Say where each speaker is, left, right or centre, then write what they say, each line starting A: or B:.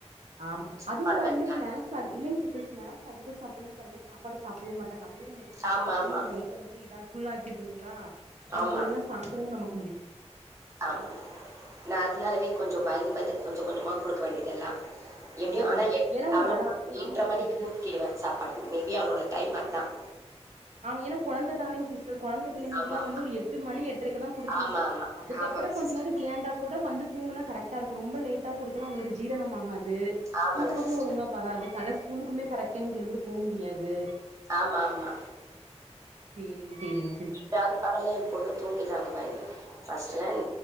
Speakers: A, on the right; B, on the right.
A: ஆமா
B: சாப்பாடு
A: அதுவு பாருங்க
B: வேண்டாம்.
A: ஸ்நாக்ஸ் அதிக் இல்லைங்க சிஸ்டர் ஸ்நாக்ஸ் அதிக சாப்பிட்றது பாருங்க சாப்பாடு சாப்டவே மாட்டாங்க அதுவே நமக்கு ஸ்நாக்ஸ்
B: ஆமா,
A: சாப்பட்டா
B: ஆமா.
A: நமக்கு வயத்த வந்து இதாக் பியுல்லாக்கி விட்ருங்களா நமக்கு
B: ஆமா,
A: ஒழுங்க சாப்பிடவு நமக்
B: ஆமா நான் அதனாலவே கொஞ்ச பயந்து பயந்து கொஞ்சம் கொஞ்சமாக கொடுக்க வேண்டியெதுல்லாம் எப்டியும்
A: ஆ
B: ஆனா
A: ஏன்னா ஒரு
B: அவள
A: அளவு
B: எடரை
A: ஆமாங்க
B: மணிக்கு
A: சிஸ்டர்
B: ஊட்டிடுவேன் சாப்பாடு மேபி அவளோட டைம் அதான்
A: அவன் ஏன்னா கொழந்தை தானே சிஸ் கொழந்த பிள்ளைங்களுக்குல்லாம்
B: ஆமா,
A: வந்து ஒரு எட்டு மணி எட்ரைருக்கு தான் கொடுத்தீங்க
B: ஆமா. ஆமாமா.
A: அதுக்கப்பறம்
B: ஆமாங்க
A: கொஞ்ச
B: சிஸ்டர்.
A: நாேம் விளையாண்டா கூட வந்து துங்குனா கரெக்ட் கரெக்டா இருக்கு ரொம்ப லேட்டா கொடுக்கல அவங்களுக்கு ஜீரணமாகாது ஆகாது
B: ஆமாங்க
A: தூக்கமும்
B: சிஸ்டர்.
A: ஒழுங்கா வராது காலை ஸ்கூலுக்குமே கரெக்ட் டைம் எழுந்து போக முடியாது
B: ஆமா, ஆமா.
A: செரிங்க செரிங்க
B: எப்பாவது காலைல பொண்ணு தூங்கிடுறாங்க பயந்து ஃபஸ்டு என்